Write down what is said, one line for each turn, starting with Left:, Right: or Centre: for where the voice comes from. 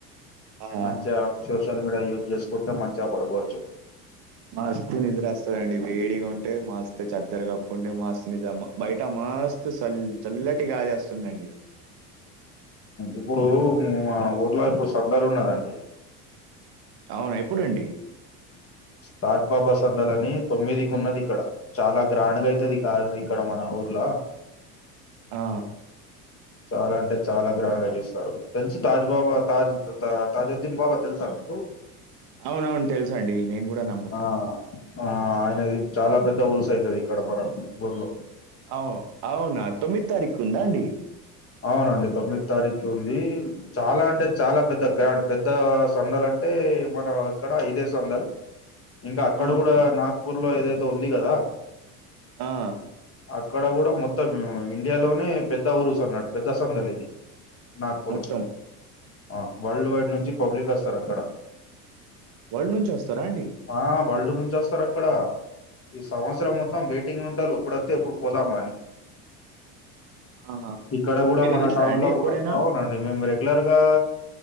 Right: ఆ!
Left: మంచిగా సోషల్ మీడియా యూజ్ చేసుకుంటే మంచిగా పడుకోవచ్చు
Right: మస్తు నిద్ర వస్తదండి వేడిగా ఉంటే మస్త్ చద్దరు కప్పుకుంటే మస్తు నిద్ర బయట మస్తు చల్ చల్లటి గాలి వస్తుందండి
Left: ఇప్పుడు మా
Right: బ
Left: ఊర్లో ఇప్పుడు సందాలు ఉన్నరండి
Right: అవునా ఎప్పుడండి
Left: తాజ్ బాబా సందలని తొమ్మిదికి ఉన్నది ఇక్కడ చాలా గ్రాండ్గా అయితది కాదు ఇక్కడ మన ఊర్ల
Right: ఆ
Left: చాలా అంటే చాలా గ్రాండ్గా చూస్తారు తెలుసు తాజ్ బాబా తాజ్ తాజాద్దీన్ బాబా తెలుసా మీకు
Right: అవునవును తెల్సండి నేను కూడా నమ్ముతా
Left: ఆ ఆ ఆయనది చాలా పెద్ద ఊరుసు అయితది ఇక్కడ మన ఊర్లో
Right: అవు అవునా తొమ్మిది తారీక్ ఉందాండి
Left: అవునండి తొమ్మిది తారీఖు ఉంది చాలా అంటే చాలా పెద్ద గ్రాండ్ పెద్ద సందాలంటే మన ఇక్కడ ఇదే సందాలు ఇంకా అక్కడ
Right: ఆ
Left: కూడా నాగపూర్లో ఏదైతే ఉంది కదా
Right: ఆ
Left: అక్కడ కూడా మొత్తం ఇండియాలోనే పెద్ద ఊరుస్ అన్నాడు పెద్ద సందలి ఇది నాగపూర్
Right: మొత్తం
Left: అవును వరల్డ్ వైడ్ నుంచి పబ్లిక్ వస్తారు అక్కడ
Right: వరల్డ్ నుంచి వస్తారాండి
Left: ఆ వరల్డ్ నుంచి వస్తారు అక్కడ సంవత్సరం మొత్తం వెయిటింగ్ ఉంటరు ఏప్పుడోత్తే ఏప్పుడు పోదామని
Right: ఆహా
Left: ఇక్కడ కూడా
Right: మీరు
Left: మన
Right: ఎళ్ళారా
Left: టౌన్లో
Right: అండి ఎప్పుడైనా?
Left: కూడా అవును అంటే మేము రెగ్యులర్గా